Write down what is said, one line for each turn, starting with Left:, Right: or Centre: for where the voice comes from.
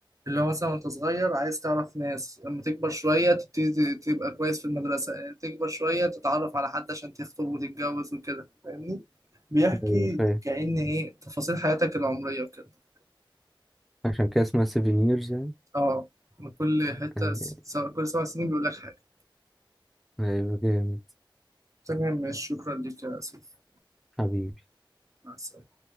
Right: اللي هو مثلا وانت صغير عايز تعرف ناس لما تكبر شوية تبتدي ت- تبقى كويس في المدرسة تكبر شوية تتعرف على حد عشان تخطب وتتجوز وكده فاهمني بيحكي
Centre: أيوة فاهم
Right: كأن ايه تفاصيل حياتك العمرية وكده
Centre: عشان كده اسمها سيفينيرز يعني
Right: اه من كل حتة
Centre: أي-
Right: س- سواء- كل سبع سنين بيقول لك حاجة
Centre: أيوة جامد
Right: تمام ماشي شكرا ليك يا سيف
Centre: حبيبي
Right: مع السلامة